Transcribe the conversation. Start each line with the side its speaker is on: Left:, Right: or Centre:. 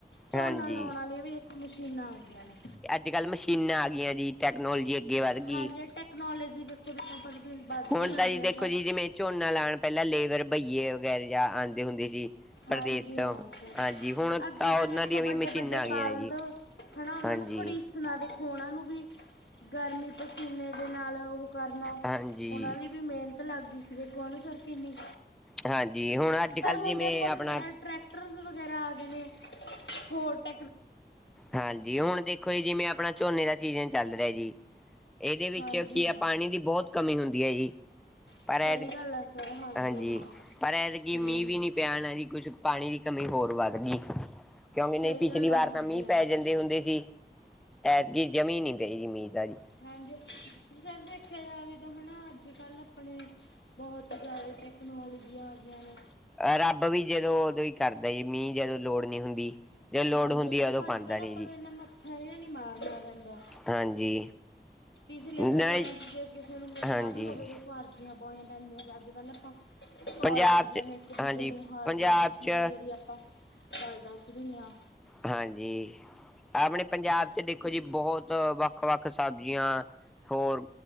Left: ਝੋਨਾ
Centre: ਹਾਂਜੀ
Left: ਲਾਉਣ ਆਲੀਆਂ ਵੀ ਵੇਖੋ ਮਸ਼ੀਨਾਂ ਆ ਗਈਆ ਨੇ।
Centre: ਅੱਜ-ਕੱਲ ਮਸ਼ੀਨਾਂ ਆ ਗਈਆਂ ਜੀ ਟੈਕਨੋਜੀ ਅੱਗੇ ਵੱਧ ਗਈ।
Left: ਹਾਂਜੀ ਟੈਕਨੋਲੋਜੀ ਦੇਖੋ <unintelligible>
Centre: ਹੁਣ
Left: ਜਾਂਦੀ
Centre: ਤਾਂ ਜੀ ਦੇਖੋ
Left: ਆ ਸਰ
Centre: ਜੀ ਜਿਵੇਂ ਝੋਨਾ ਲਾਣਾ ਪਹਿਲਾਂ ਲੇਬਰ ਬਈਏ ਵਗੈਰਾ ਜਾਂ ਆਦੇ ਹੁੰਦੇ ਸੀ। ਪ੍ਰਦੇਸੋਂ
Left: ਹਾਂਜੀ ਹਾਂ ਸਰ
Centre: ਹਾਂਜੀ ਹੁਣ
Left: ਅੱਗੇ ਤਾਂ
Centre: ਉਹਨਾਂ
Left: ਦੇਖੋ
Centre: ਦੀਆਂ ਵੀ
Left: ਵੱਡੇ-ਵੱਡੇ
Centre: ਮਸ਼ੀਨਾਂ ਆ ਗਈਆਂ
Left: ਬਲਦ,
Centre: ਨੇ ਜੀ
Left: ਹਨਾ ਉਹਨਾਂ
Centre: ਹਾਂਜੀ।
Left: ਨੂੰ ਕੜੀਸਣਾ ਦੇਖੋ ਉਹਨਾ ਨੂੰ ਵੀ ਗਰਮੀ ਪਸੀਨੇ ਦੇ ਨਾਲ ਉਹ ਕਰਨਾ
Centre: ਹਾਂਜੀ
Left: ਓਹਨਾਂ ਦੀ ਵੀ ਮਿਹਨਤ ਲੱਗਦੀ ਸੀ ਦੇਖੋ ਹਨਾ ਸਰ ਕਿੰਨੀ,
Centre: ਹਾਂਜੀ ਹੁਣ ਅੱਜ-ਕੱਲ
Left: ਪਰ ਹੁਣ
Centre: ਜਿਵੇਂ
Left: ਦੇਖੋ
Centre: ਆਪਣਾ,
Left: ਟਰੈਕਟਰਸ ਵਗੈਰਾ ਆ ਗਏ ਨੇ ਹੋਰ ਟ
Centre: ਹਾਂਜੀ ਹੁਣ ਦੇਖੋ ਜੀ ਜਿਵੇਂ ਅਪਨਾ ਝੋਨੇ ਦਾ ਸੀਜਨ ਚੱਲ ਰਿਹਾ ਜੀ ਇਹਦੇ ਵਿੱਚ
Left: ਹਾਂਜੀ
Centre: ਕੀ
Left: ਹਾਂ
Centre: ਆ ਪਾਨੀ ਦੀ ਬਹੁਤ ਕਮੀ ਹੁੰਦੀ ਏ ਜੀ ਪਰ
Left: ਸਹੀ
Centre: ਐ
Left: ਗੱਲ ਹੈ ਸਰ
Centre: ਹਾਂਜੀ,
Left: ਹਾਂ
Centre: ਪਰ ਐਤਕੀ
Left: ਹਮ,
Centre: ਮੀਂਹ ਵੀ ਨੀ ਪਿਆ ਨਾ ਜੀ ਕੁਛ ਪਾਣੀ ਦੀ ਕਮੀ ਹੋਰ ਵੱਧ ਗਈ ਏ ਕਿਉਂਕਿ ਨਹੀਂ
Left: ਸਹੀ
Centre: ਪਿਛਲੀ
Left: ਗੱਲ
Centre: ਵਾਰ
Left: ਹੈ ਹਾਂਜੀ
Centre: ਤਾਂ ਮੀਂਹ
Left: ਹਾਂ ਸਰ
Centre: ਪੈਂਦੇ ਹੁੰਦੇ ਸੀ ਐਤਕੀ ਜਮਾ ਈ ਨੀ ਪਈ ਜੀ ਮੀਹ ਤਾਂ ਜੀ
Left: ਹਾਂਜੀ ਸਰ ਦੇਖਿਆ ਜਾਵੇ ਤਾਂ ਹੈਨਾ ਅੱਜ ਕੱਲ ਅਪਨੇ ਬਹੁਤ ਜ਼ਿਆਦੇ ਟੈਕਨੋਲੋਜੀਆਂ ਆ ਗਈਆਂ ਨੇ
Centre: ਰੱਬ ਵੀ ਜਦੋਂ ਉਦੋਂ ਹੀ ਕਰਦਾ ਜੀ ਮੀਂਹ ਜਦੋਂ ਲੋੜ ਨੀ ਹੁੰਦੀ ਜਦੋਂ ਲੋੜ
Left: ਹਾਂਜੀ
Centre: ਹੁੰਦੀ
Left: ਹਾਂਜੀ
Centre: ਆ ਉਦੋਂ ਪਾਉਂਦਾ
Left: ਅੱਜ ਕੱਲ
Centre: ਨੀ
Left: ਆਪਾਂ
Centre: ਜੀ
Left: ਨੂੰ ਇਨਾ ਮੱਥਾ ਜੇਹਾ ਨੀ ਮਾਰਨਾ ਪੈਂਦਾ
Centre: ਹਾਂਜੀ
Left: ਪਿਛਲੇ
Centre: ਨਹੀਂ
Left: ਸਮਿਆਂ ਜੇ ਕਿਸੇ ਨੂੰ ਮਿਲਣਾ
Centre: ਹਾਂਜੀ
Left: ਵੀ ਹੋਵੇ ਦੇਖੋ ਅਰਜ਼ੀਆਂ ਪਾਉਣੀਆਂ ਪੈਂਦੀਆਂ ਤੇ ਅੱਜ ਕੱਲ੍ਹ ਆਪਾਂ ਕੋਲ
Centre: ਪੰਜਾਬ
Left: ਕਰ
Centre: ਚ
Left: ਲੈਂਦੇ ਇੱਕ ਦੂਜੇ
Centre: ਹਾਂਜੀ
Left: ਨੂੰ ਹਾਲ
Centre: ਪੰਜਾਬ
Left: ਚਾਲ ਪੁੱਛਣ
Centre: ਚ
Left: ਜਰੀਏ ਆਪਾਂ ਚਲ ਦਸ ਦੀਨੇ ਆ
Centre: ਹਾਂਜੀ ਆਪਣੇ ਪੰਜਾਬ ਚ ਦੇਖੋ ਦੇਖੋ ਜੀ ਬਹੁਤ ਵੱਖ-ਵੱਖ ਸਬਜ਼ੀਆਂ, ਹੋਰ